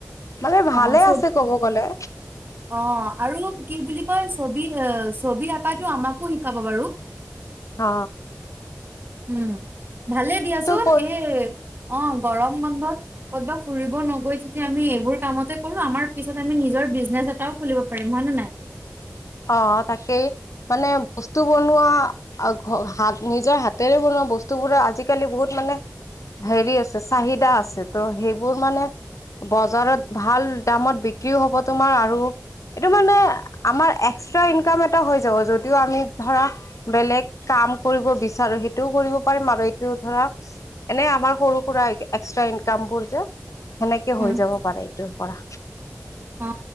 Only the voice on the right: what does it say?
অ চব
অ, আৰু কি বুলি কয় ছবি, ছবি আঁকাটো আমাকো শিকাব বাৰু?
উম, ভালেই দিয়াচোন
এই অ গৰম বন্ধত কতবা ফুৰিব নগৈ যদি আমি এইবোৰ কামতে কৰো, আমাৰ পিছত আমি নিজৰ বিজনেচ এটাও খুলিব পাৰিম। <unintelligible> নাই
উম,
অ